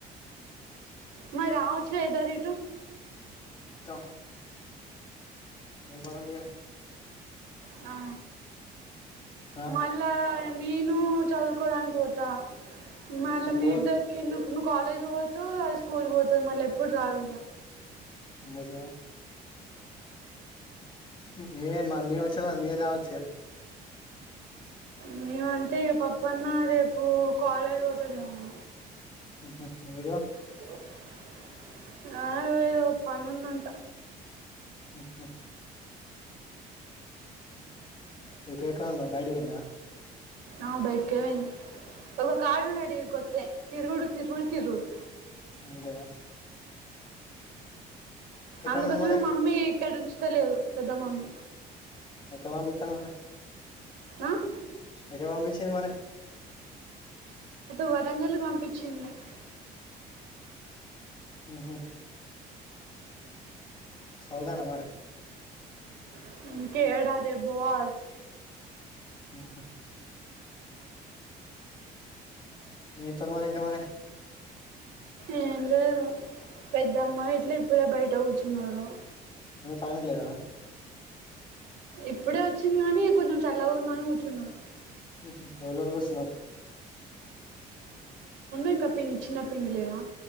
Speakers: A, on the right; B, on the left.
A: మరి రావచ్చుగా ఇద్దరు ఇటు
B: ఉత్త <unintelligible>
A: అ
B: అ
A: మళ్ళా నేను చదువుకోడానికి పోత మళ్ళా
B: పో
A: మీ <unintelligible> <unintelligible> నువ్వు కాలేజ్ పోతువు అ స్కూల్కి పోతుంది మళ్ళీ ఎప్పుడు రా <unintelligible>
B: ఎందుకు <unintelligible> మీరు రా వచ్చుగా
A: మేమంటే ఇగ పపన్న రేపు కాలేజ్ పోతాడు ఏమో
B: <unintelligible>
A: <unintelligible> పనుంది అంట
B: ఆహ <unintelligible> బయటికి పోయిండ
A: ఆ బయటికే <unintelligible> ఒక కార్డు అడిగుడి <unintelligible> తిరుగుడు తిరుగుడు తిరుగుడు
B: అంతేన
A: అందుకోసమే
B: ఉన్నాడు మరి
A: మమ్మీ ఇక్కడ ఉంచిత లేదు పెద్ద మమ్మీ
B: ఎక్కడ మాం బిత్తా మరి
A: ఆ?
B: ఎక్కడ <unintelligible>
A: <unintelligible> వరంగల్ పంపించిం <unintelligible>
B: ఉహూ సదువుతాడ మరి
A: <unintelligible>
B: స స <unintelligible>
A: <unintelligible> పెద్దమ్మ ఇట్లా ఇప్పుడే బయట కూర్చున్నారు
B: <unintelligible>
A: ఇప్పుడే వచ్చింది కానీ కొంచెం <unintelligible> ఉందని కూర్చున్నాను
B: <unintelligible>
A: ఇంకా పిన్ని చిన్ని పిన్ని లేదా